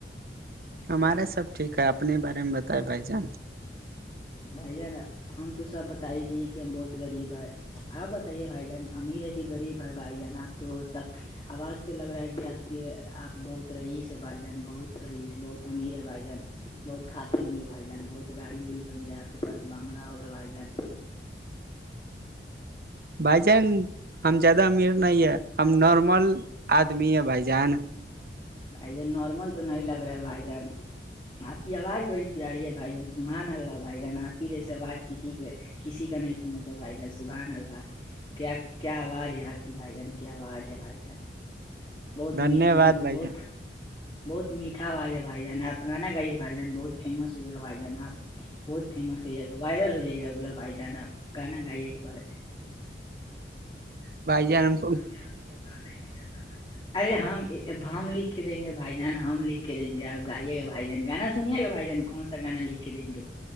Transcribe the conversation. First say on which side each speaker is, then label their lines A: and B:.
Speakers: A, on the right (about 55°); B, on the left (about 25°).
A: ہمارا سب ٹھیک ہے اپنے بارے میں بتائے بھائی جان
B: بھائی جانا ہم تو سب بتا ہی دیے کہ ہم بہت غریب ہے آپ بتائیے بھائی جان امیر ہے کہ غریب ہے بھائی جان آپ تو سب آواز سے لگ رہا ہے کہ آپ کی آپ بہت رہئیس ہے بھائی جان بہت رہیس بہت امیر ہے بھائی جان بہت کاتے ہوں گے بھائی جان بہت گاڑی وڑی ہوں گے آپ کے پاس بنگلہ ہوگا بھائی جان
A: بھائی جان ہم زیادہ امیر ن ہے ہم نارمل آدمی ہیں بھائی جان
B: بھائی جان نارمل تو نہیں لگ رہے بھائی جان آپ کی آواز بڑی پیاری ہے بھائی جان سمھا نہ رہا بھائی جان آپ کی جیسے آواز کسی کے کسی کا نہیں سنے تھے بھائی جان سبحان اللہا کیا کیا آواز ہے آپ کی بھائی جان کیا آواز ہے بھائی جان بہت
A: دھنیہ
B: م
A: واد بھائی
B: بہت
A: جان
B: بہت میھا جا ہے بھائی جان آپ گانا گائیے بائی جان بہت فیمس ہو ہے بھائی جان آپ بہت فیمس ہو جائے گا وائرل ہو جائے گا با بھائی جانا گانا گائیے ایک بار
A: بائی جیان
B: بھ جان ہم کو کو گانا ہی نہیں آ تھا بھ جان ارے ہم اب ہم لکھ کے دیں گے بھائی جان ہم لکھ کے دیں گے اب گائیے گا بھائی جان گانا سنیے گا بھائی جان کون ستگان لکے ہے